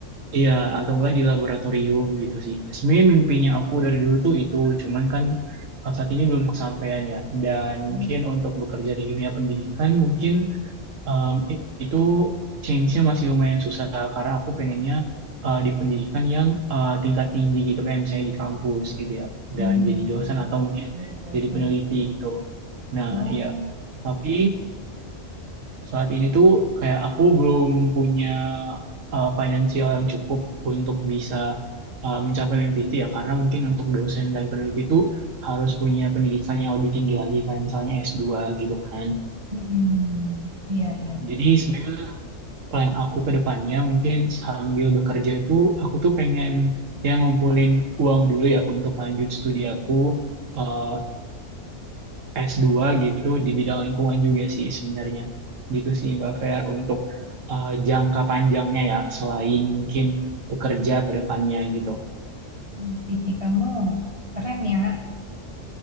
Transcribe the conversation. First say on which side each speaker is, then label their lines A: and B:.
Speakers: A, on the right; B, on the right.
A: Iya, atau enggak di laboratorium gitu sih. Sebenarnya mimpinya aku dari dulu tuh itu, cuman kan eh, saat ini belum kesampaian ya. Dan
B: Hmm.
A: mungkin untuk bekerja di dunia pendidikan, mungkin em, i- itu change-nya masih lumayan susah karena aku pengennya eh, di pendidikan yang eh, tingkat tinggi gitu, kayak misalnya di kampus gitu ya.
B: Hmm.
A: Dan jadi dosen atau mungkin
B: Jadi dosen.
A: jadi peneliti gitu. Nah,
B: Oh.
A: iya. Tapi saat ini tuh kayak aku belum punya uh, financial yang cukup untuk bisa uh, mencapai mimpi itu ya karena mungkin untuk dosen dan peneliti itu harus punya pendidikan yang lebih tinggi lagi kan misalnya S2 gitu kan.
B: Mm-mm. Iya, iya.
A: Jadi sebenarnya plan aku ke depannya mungkin sambil bekerja itu aku tuh pengen ya ngumpulin uang dulu ya untuk lanjut studi aku eh, eh, s dua gitu di bidang lingkungan juga sih sebenarnya. Gitu sih Mbak Fer untuk eh, jangka panjangnya ya selain mungkin bekerja ke depannya gitu.
B: Hmm, PC kamu keren ya,